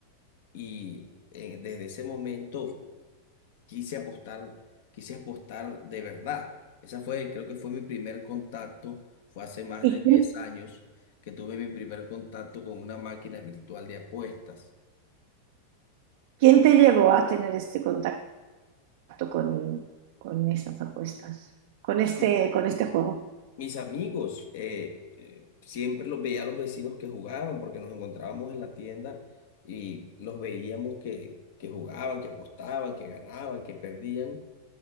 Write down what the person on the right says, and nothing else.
¿Y
quién,
quién te llevó a tener este contacto con, con estas apuestas, con este,
con este juego?